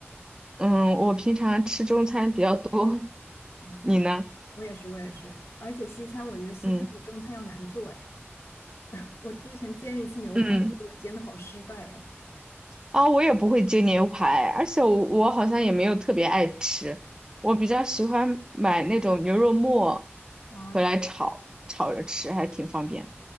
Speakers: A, on the right; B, on the left.
A: 嗯，我平常吃中餐比较多，
B: 啊，
A: 你呢？
B: 我也是，我也是。而且西餐，我觉得西餐比中餐要难做哎。
A: 嗯
B: <laughs> 我之前煎一次牛排，
A: 嗯，
B: 我觉得我煎的好失败呀。
A: 啊、我也不会煎牛排，而且我我好像也没有特别爱吃，我比较喜欢买那种牛肉末
B: 啊，
A: 回来炒，炒着吃还挺方便。